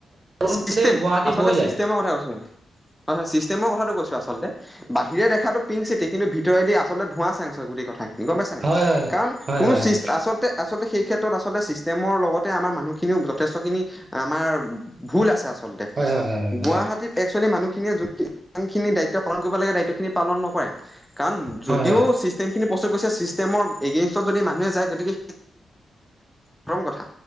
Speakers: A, on the right; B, in the centre.
A: গুৱাহাটী
B: চিষ্টেম আচলতে
A: বৈ যায়
B: চিষ্টেমৰ কথাটো কৈছোঁ। হয় হয়, চিষ্টেমৰ কথাটো কৈছোঁ আচলতে। বাহিৰে দেখাটো পিংক চিটি, কিন্তু ভিতৰেদি আচলতে ধোঁৱা চাং হে গোটেই কথাখিনি। গম পাইছাঁ নাই,
A: হয় হয়
B: কাৰণ
A: হয়
B: কোনো
A: হয়
B: চিষ্টেম আচলতে আচলতে, সেইক্ষেত্ৰত আচলতে, ছিষ্টেমৰ লগতে মানুহখিনিও যথেষ্টখিনি আমাৰ ভুল আছে আচলতে,
A: হয় হয় হয়
B: গুৱাহাটীত এক্সোৱেলি, মানুহখিনিয়ে যোন খিনি দায়িত্ব পালন কৰিব লাগে। দায়িত্ব খিনি পালন নকৰে। কাৰণ, যদিও
A: হয়
B: চিষ্টেম খিনি প্ৰস্তুত কৰিছে। চিষ্টেমৰ এগেইনষ্টত যদি মানুহে যায়। গতিকে প্ৰথম কথা,